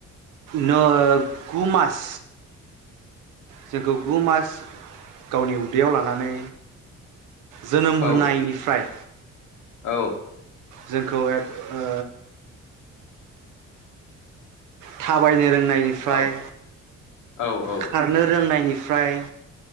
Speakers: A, on the right; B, on the left.
A: नो गु मास जोंखौ गु मास गावनि उदैयाव लानानै जोनोम होनायनिफ्राय
B: औ औ
A: जोंखौ एक ओ थाबाय नो रोंनायनिफ्राय
B: औ औ
A: खारनो रोंनायनि फ्राय